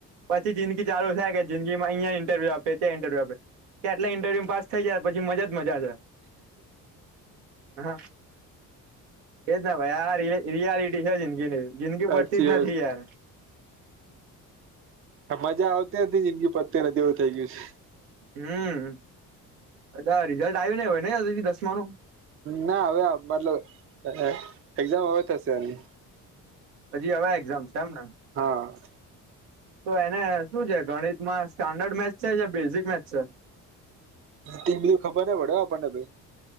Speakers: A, on the right; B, on the right.
A: પછી જિંદગી ચાલુ થાય કે જિંદગીમાં અહિયાં ઇન્ટરવ્યૂ આપે ત્યાં ઇન્ટરવ્યુ આપે ત્યાં એટલે ઇન્ટરવ્યુ પાસ થઈ જાય પછી મજા જ મજા છે. અહ એ જ ન ભાઈ આ રિય રિયાલિટી છે જિંદગીની જિંદગી
B: સાચી
A: પતતી જ નથી
B: વાત
A: યાર
B: આ મજા આવતી નથી જિંદગી પતતી નથી એવું થઇ ગયું છે.
A: હમ અ તાર રીઝલ્ટ આયુ નહી હોય હજી તક દસમાનું?
B: ના હવે અ મતલબ અ એક્ઝામ હવે થશે એની.
A: હજી, હવે એક્ઝામ છે એમને?
B: હા
A: તો એને શું છે ગણિતમાં સ્ટાન્ડર્ડ મેથ્સ છે કે બેઝિક મેથ્સ છે?
B: એટલું ખબર ને પડે હો આપણને ભાઈ